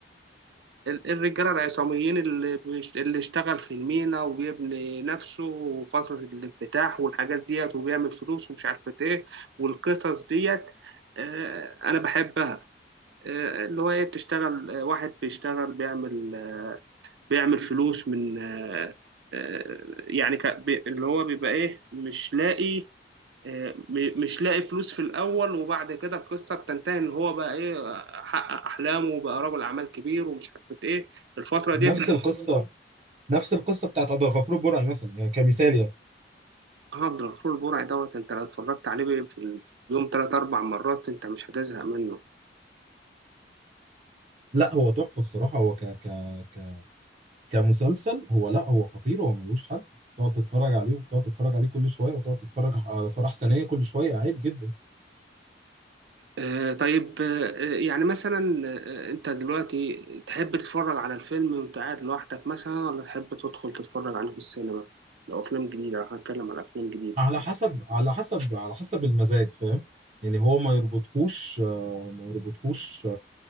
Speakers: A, on the right; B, on the right.
A: الرجاله العصاميين اللي بيش- اللي اشتغل في المينا وبيبني نفسه وفتره الانفتاح والحاجات ديت وبيعمل فلوس ومش عارفه ايه والقصص ديت آه، انا بحبها آه، اللي هو ايه بتشتغل آه، واحد بيشتغل بيعمل بيعمل فلوس من آه، آه، يعني ك- بي- اللي هو بيبقى ايه مش لاقي آه، م- مش لاقي فلوس في الاول وبعد كده القصه بتنتهي ان هو بقى ايه حقق احلامه وبقى رجل اعمال كبير ومش عارف ايه الفتره
B: نفس
A: ديت انت
B: القصه نفس القصه بتاعت عبد الغفور البرعي مثلا يعني كمثال يعني
A: عبد الغفور البرعي دوت انت لو اتفرجت عليه في اليوم ثلاث اربع مرات انت مش هتزهق منه
B: لا هو تحفه الصراحه هو ك ك ك كمسلسل هو لا هو خطير هو ملوش حل تقعد تتفرج عليه وتقعد تتفرج عليه كل شويه وتقعد تتفرج على فرح سنيه كل شويه عادي جدا
A: آه، طيب آه، آه، يعني مثلا آه، انت دلوقتي تحب تتفرج على الفيلم وانت قاعد لوحدك مثلا ولا تحب تدخل تتفرج عليه في السينما لو افلام جديده لو هنتكلم على افلام جديده
B: على حسب على حسب على حسب المزاج فاهم يعني هو ما يربطكوش آه، ما يربطكوش